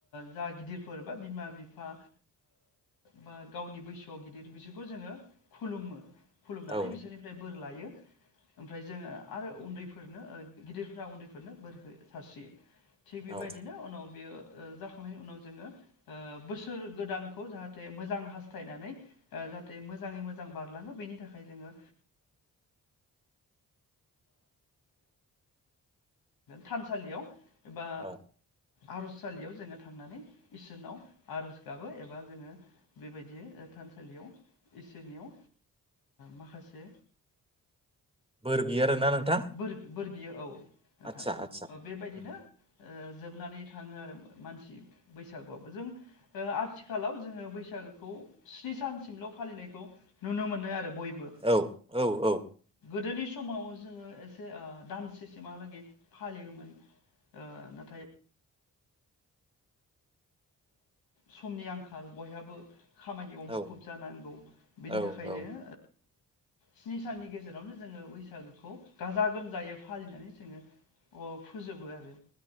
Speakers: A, on the left; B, on the right.
A: जा गिदिरफोर बा बिमा-बिफा बा गावनि बैसोआव गिदिर बिसोरखौ जोङो खुलुमो। खुलुमनानै
B: औ
A: बिसोरनिफ्राय बोर लायो, ओमफ्राय जों आरो उन्दैफोरनो गिदिरफ्रा उन्दै फोरनो बोरखौ सारस्रियो। थिग बेबायदिनो
B: औ
A: उनाव बियो जाखांनायनि उनाव जोङो बोसोर गोदानखौ जाहाथे मोजां हास्थायनानै जाहाथे मोजाङै मोजां बारलाङो बेनि थाखाय जोङो थानसालियाव एबा
B: औ
A: आर'जसालियाव जोङो थांनानै इसोरनाव आर'ज गाबो एबा जोङो बेबायदि थानसालियाव इसोरनियाव माखासे
B: बोर बियो आरोना नोंथां
A: बोर बियो। बियो औ। नोंथां
B: आदसा आदसा
A: बेबायदिनो
B: उम
A: जोबनानै थाङो आरो मानसि बैसागुआबो। जों आथिखालाव जोङो बैसागुखौ स्नि सानसिमल' फालिनायखौ नुनो मोनो आरो बयबो
B: औ औ औ
A: बो गोदोनि समाव जोङो एसे दानसेसिमहालागै फालियोमोन नाथाय समनि आंखाल बयहाबो खामानियाव मुखुब
B: औ
A: जानांगौ बेनि
B: औ
A: थाखायनो
B: औ
A: स्नि साननि गेजेरावनो जोङो बैसागोखौ गाजा-गोमजायै फालिनानै जोङो फोजोबो आरो।